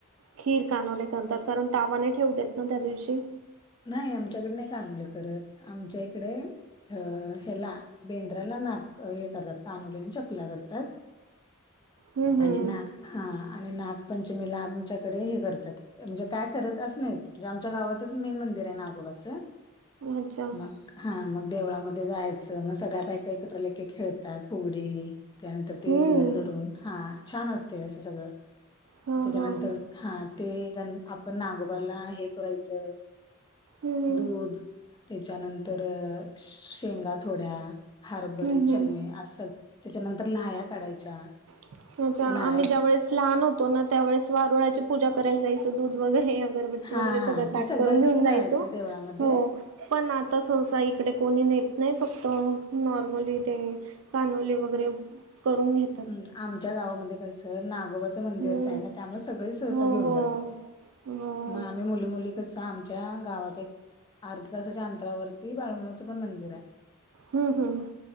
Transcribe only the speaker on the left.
नाही आमच्याकडे नाही कानवले करत आमच्या इकडे अ ह्याला बेंद्राला नाक हे करतात कानोलीने चकला करतात
आणि नाक हा आणि नागपंचमीला आमच्याकडे हे करतात म्हणजे काय करत अस नाहीत म्हणजे आमच्या गावात मेन मंदिर आहे नागोबाच.
मग, हा मग देवळामध्ये जायचं मग सगळ्या बायका एकत्र लेखे खेळ त्या फुगडी त्यानंतर ते
रिंगण धरून हा छान असते असं सगळं
त्याच्यानंतर
हा ते गण आपण नागोबाला हे करायचं
दूध त्याच्यानंतर शेंगा थोड्या हरभरे,
चणे
आहे अस त्याच्यानंतर लाह्या काढायच्या
लाह्या
हा
हा
ते
जायचं
देवळामध्ये
हम् आमच्या गावामध्ये कसं नागोबाचं मंदिरच
आहे ना त्यामुळे सगळे सहसा
घेऊन
जातात
मग आम्ही मुली मुली कस आमच्या गावाच्या एक अर्ध्या तासाच्या अंतरावरती बाळूमामाचं पण मंदिर आहे